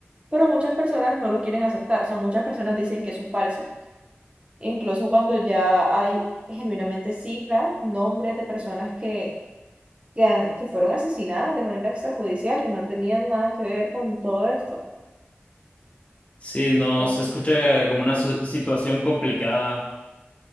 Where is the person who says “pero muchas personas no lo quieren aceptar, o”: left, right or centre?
Right